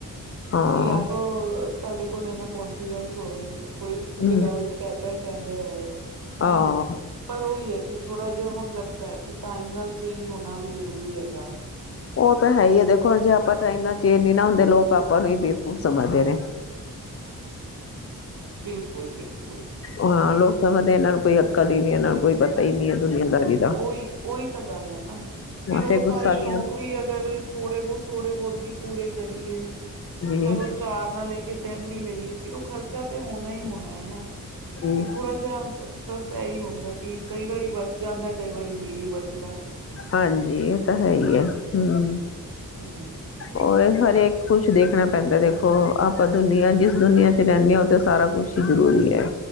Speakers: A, on the left; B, on the right.
A: ਹਾਂ,
B: ਜਾਂ ਤਾਂ ਸਾਡੇ ਕੋਲ ਇਨਾ ਕੋਨਫੀਡੈਂਸ ਹੋਵੇ ਕੋਈ ਜਿਹੜਾ
A: ਹੂੰ,
B: ਵੀ - ਕਹਿੰਦਾ- ਕਹਿੰਦੇ ਰਹੇ
A: ਹਾਂ
B: ਹੈਨਾ, ਪਰ ਉਹੀ ਹੈ ਕਿ ਥੋੜਾ ਜਿਹਾ ਹੁਣ ਲੱਗਦਾ ਹੈ, ਕੀ- ਟਾਈਮ ਨਾਲ ਚੇਂਜ ਹੋਣਾ ਵੀ ਜ਼ਰੂਰੀ ਹੈਗਾ।
A: ਉਹ ਤਾਂ ਹੈ ਹੀ ਆ ਦੇਖੋ, ਹੁਣ ਜੇ ਆਪਾਂ ਟਾਈਮ ਨਾਲ ਚੇਂਜ ਨੀ ਨਾ ਹੁੰਦੇ ਲੋਕ ਆਪਾਂ ਨੂੰ ਹੀ ਬੇਵਕੂਫ ਸਮਝਦੇ ਨੇ।
B: ਬਿਲਕੁਲ-ਬਿਲਕੁਲ।
A: ਹਾਂ, ਲੋਕ ਸਮਝਦੇ ਆ ਇਹਨਾਂ ਨੂੰ ਕੋਈ ਅਕਲ ਹੀ ਨੀ, ਇਹਨਾਂ ਨੂੰ ਕੋਈ ਪਤਾ- ਹੀ ਨੀ ਹੈ ਦੁਨੀਆਂਦਾਰੀ ਦਾ।
B: ਉਹੀ, ਉਹੀ ਤਾਂ ਗੱਲ ਹੈ ਨਾ ਫੇਰ
A: ਹਾਂ
B: ਉਹ ਸਾਰੇ
A: ਗੁੱਸਾ
B: ਸ਼ੌਕ
A: ਵੀ ਆਂਦਾ,
B: ਕੋਈ ਅਗਰ ਥੋੜੇ ਬਹੁਤ- ਥੋੜੇ ਬਹੁਤ ਵੀ ਪੂਰੇ ਕਰੀਏ।
A: ਜੀ,
B: ਚਲੋ ਚਾਰ ਨਾ ਲੈ ਕੇ ਤਿੰਨ ਵੀ ਲਈਏ। ਫੇਰ ਉਹ ਖਰਚਾ ਤੇ ਹੋਣਾ ਹੀ ਹੋਣਾ ਹੈਨਾ,
A: ਜੀ।
B: ਤੇ ਥੋੜਾ ਜਿਹਾ ਬਸ ਇਹੀ ਹੁੰਦਾ, ਕਿ ਕਈ ਵਾਰੀ ਬਚ ਜਾਂਦਾ ਐ ਕਈ ਵਾਰੀ ਨਹੀਂ ਵੀ ਬਚਦਾ।
A: ਹਾਂਜੀ, ਇਹ ਤਾਂ ਹੈ ਹੀ ਆ, ਹੂੰ।
B: ਹੂੰ।
A: ਉਹ ਹਰੇਕ ਕੁਛ ਦੇਖਣਾ ਪੈਂਦਾ ਦੇਖੋ, ਆਪਾਂ ਦੁਨੀਆਂ ਜਿਸ ਦੁਨੀਆਂ ਚ ਰਹਿੰਦੇ ਹਾਂ ਉਥੇ ਤੇ ਸਾਰਾ ਕੁਛ। ਜ਼ਰੂਰੀ ਹੈ।